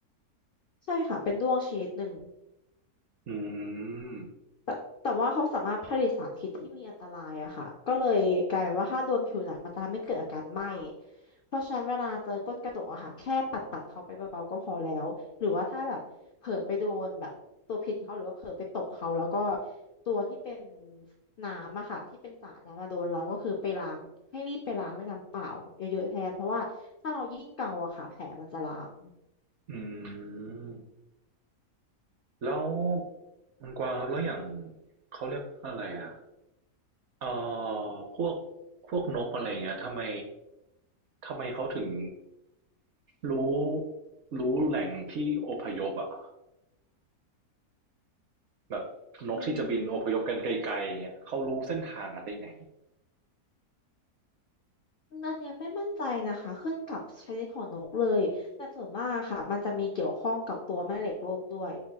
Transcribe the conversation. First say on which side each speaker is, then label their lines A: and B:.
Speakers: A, on the left; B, on the right.
A: ใช่ค่ะเป็นด้วงชนิดหนึ่ง
B: อืม
A: แต่แต่ว่าเขาสามารถผลิตสารพิษที่มีอันตรายอะค่ะก็เลยกลายเป็นว่าถ้าโดนผิวหนังมันจะทำให้เกิดอาการไหม้เพราะฉะนั้นเวลาเจอก้นกระจกอะค่ะแค่ปัดปัดเขาไปเบาๆก็พอแล้วหรือว่าถ้าแบบเผลอไปโดนแบบตัวพิษเขาหรือว่าเผลอไปตบเขาแล้วก็ตัวที่เป็นน้ำอะค่ะที่เป็นสารนะมาโดนเราก็คือไปล้างให้รีบไปล้างด้วยน้ำเปล่าเยอะๆแทนเพราะว่าถ้าเรายิ่งเกาอะค่ะแผลมันจะลาม
B: อืมแล้วมันกวางครับแล้วอย่างเขาเรียกว่าอะไรอ่ะเอ่อพวกพวกนกอะไรเงี้ยทำไมทำไมเขาถึงรู้รู้แหล่งที่อพยพอ่ะแบบนกที่จะบินอพยพกันไกลๆเงี้ยเขารู้เส้นทางกันได้ไง
A: อืม อันเนี้ยไม่มั่นใจนะคะขึ้นกับชนิดของนกเลยแต่ส่วนมากค่ะมันจะมีเกี่ยวข้องกับตัวแม่เหล็กโลกด้วย